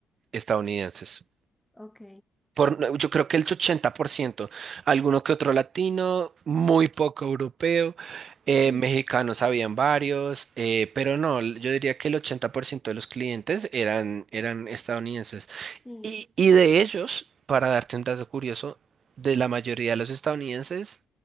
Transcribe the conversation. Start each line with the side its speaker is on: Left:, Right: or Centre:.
Right: estadounidenses.
Centre: Ok.
Right: Por, yo creo que el 80%, alguno que otro latino, muy poco europeo, eh,
Centre: Sí,
Right: mexicanos habían varios, eh, pero no, yo diría que el 80% de los clientes eran, eran estadounidenses.
Centre: sí.
Right: Y, y de ellos, para darte un dato curioso, de la mayoría de los estadounidenses,